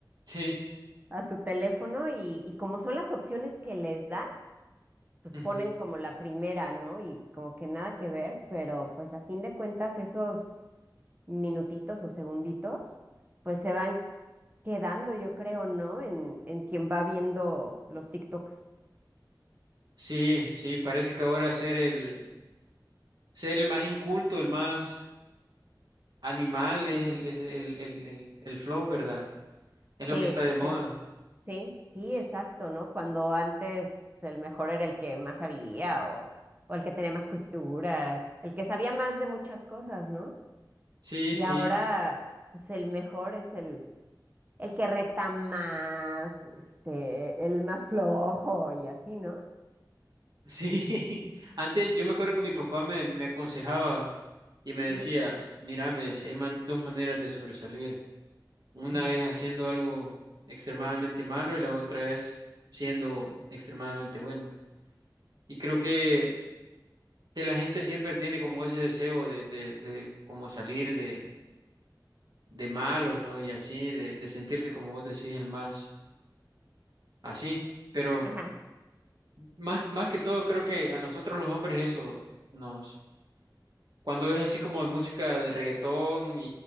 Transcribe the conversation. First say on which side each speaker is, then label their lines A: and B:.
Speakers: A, on the right; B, on the right.
A: Sí,
B: a su teléfono y, y como son las opciones que les da, pues
A: ujú.
B: ponen como la primera, ¿no? Y como que nada que ver, pero pues a fin de cuentas esos minutitos o segunditos, pues se van quedando, yo creo, ¿no? En, en quien va viendo los TikToks.
A: Sí, sí, parece que ahora ser el, ser el más inculto, el más animal es el, es el, el, el, el flow, ¿verdad? Es lo
B: Sí,
A: que está de moda.
B: eh, Sí, sí, exacto, ¿no? Cuando antes pues, el mejor era el que más sabía o, o el que tenía más cultura, el que sabía más de muchas cosas, ¿no?
A: Sí,
B: Y
A: sí,
B: ahora, pues el mejor es el, el que reta más, este, el más flojo y así, ¿no?
A: sí. <laughs> Antes yo me acuerdo que mi papá me, me aconsejaba y me decía,
B: Ujú,
A: mira, me decía, hay man- dos maneras de sobresalir. Una
B: Ajá.
A: es haciendo algo extremadamente malo y la otra es siendo extremadamente bueno. Y creo que, que la gente siempre tiene como ese deseo de, de, de como salir de, de malos, ¿no? Y así, de, de sentirse como vos decís, el más así. Pero
B: Ajá,
A: más, más que todo creo que a nosotros los hombres eso nos... cuando es así como de música de reggaetón y,